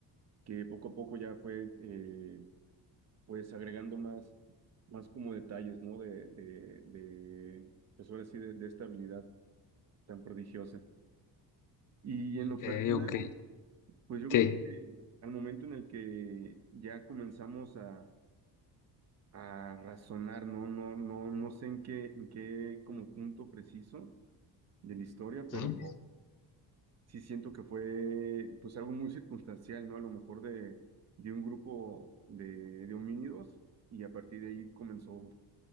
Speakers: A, on the right; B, on the left.
A: que poco a poco ya fue... eh, pues agregando más, más como detalles, ¿no? De, de, de pues ahora sí, de, de esta habilidad tan prodigiosa. Y en
B: Ok,
A: lo personal,
B: ok,
A: pues yo
B: sí.
A: creo que al momento en el que ya comenzamos a, a razonar, ¿no? No, no, no sé en qué, en qué como punto preciso de la historia, pero
B: Ujú.
A: sí siento que fue pues algo muy circunstancial, ¿no? A lo mejor de, de un grupo de, de homínidos y a partir de ahí comenzó